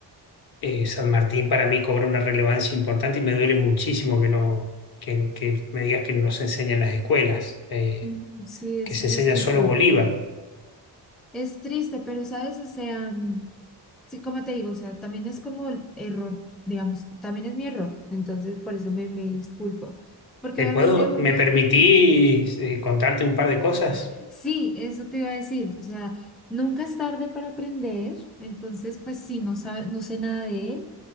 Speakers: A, on the left (about 60°); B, in the centre.
A: eh, San Martín para mí cobra una relevancia importante y me duele muchísimo que no, que, que me digas que no se enseña en las escuelas, eh,
B: Mm, Sí, es,
A: que se
B: es
A: enseña
B: triste.
A: solo Bolívar.
B: Es triste, pero sabes, o sea, mm, Sí, como te digo, o sea, también es como el error, digamos, también es mi error, entonces por eso me, me disculpo, porque
A: ¿Te
B: obviamente
A: puedo,
B: uno,
A: me permitís eh, contarte un par de cosas?
B: <laughs> sí, eso te iba a decir, o sea, nunca es tarde para aprender, entonces pues sí, no sabe, no sé nada de él,